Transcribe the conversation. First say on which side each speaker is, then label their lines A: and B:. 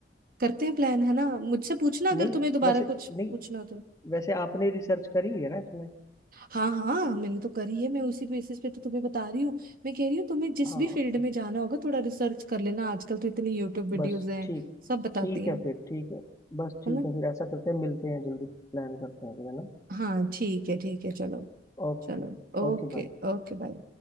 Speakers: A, on the right; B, on the left.
A: करते हैं प्लान है ना मुझसे पूछना अगर
B: नहीं
A: तुम्हें दोबारा
B: वैसे
A: कुछ
B: नहीं
A: पूछना
B: वैसे आपने रिसर्च करी हुई है ना इसमें
A: हाँ हाँ मैंने तो करी है मैं उसी बेसिस पे तो तुम्हें बता रही हूँ मैं कह रही हूँ तुम्हें जिस
B: हाँ
A: भी फील्ड में जाना होगा थोड़ा रिसर्च कर लेना आजकल तो इतनी यूट्यूब वीडियोस
B: बस
A: हैं
B: ठीक
A: सब बताती
B: ठीक
A: हैं
B: है फिर ठीक है बस ठीक
A: है ना
B: है फिर ऐसा करते हैं मिलते हैं जल्दी प्लान करते हैं फिर है ना
A: हाँ ठीक है ठीक है चलो
B: ओके
A: चलो ओके
B: Okay bye
A: Okay bye